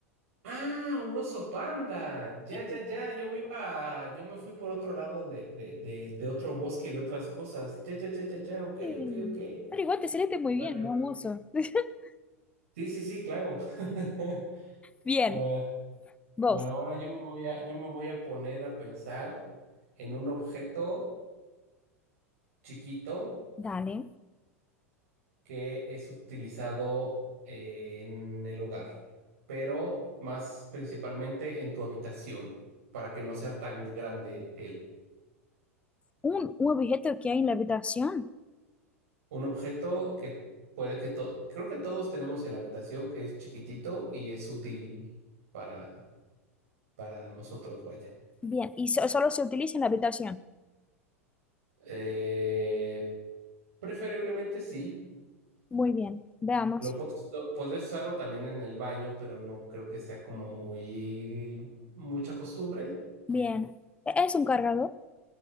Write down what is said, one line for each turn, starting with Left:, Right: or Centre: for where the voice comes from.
Right: Ah, un oso panda. Ya,
Left: Sí,
Right: ya, ya. Yo me iba, yo me fui por otro lado de, de, de, de otro bosque, de otras cosas. Ya, ya, ya, ya, ya. Ok,
Left: sí.
Right: ok, ok.
Left: Pero igual te saliste muy bien,
Right: Vale,
Left: no
Right: vale.
Left: un
Right: vale.
Left: oso. <laughs>
Right: Sí, sí, sí, claro. <laughs>
Left: Bien,
Right: A ver,
Left: vos,
Right: bueno, ahora yo me voy a, yo me voy a poner a pensar en un objeto chiquito
Left: dale.
Right: que es utilizado en el hogar, pero más principalmente en tu habitación, para que no sea tan grande
Left: Un, un objeto que hay en la habitación.
Right: Un objeto que puede que todo, creo que todos tenemos en la habitación, que es chiquitito y es útil para, para nosotros, vaya.
Left: Bien, y so- solo se utiliza en la habitación.
Right: Eh, preferiblemente sí.
Left: Muy bien, veamos.
Right: Lo puedes, lo- puedes usarlo también en el baño, pero no creo que sea como muy mucha costumbre.
Left: Bien, ¿E- ¿es un cargador?